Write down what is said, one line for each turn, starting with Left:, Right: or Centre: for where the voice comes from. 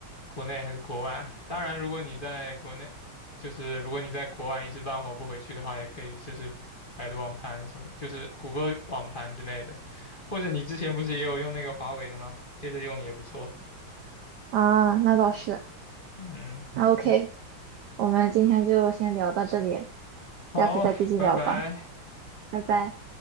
Left: 国内还是国外。当然，如果你在国内，就是如果你在国外一时半会儿不回去的话，也可以试试百度网盘什么，就是谷歌网盘之类的，或者你之前不是也有用那个华为的吗？接着用也不错。
Right: 啊，那倒是。
Left: 嗯嗯，
Right: 那 OK，我们今天就先聊到这里，
Left: 好，
Right: 下次再继续聊吧，
Left: 拜拜。
Right: 拜拜。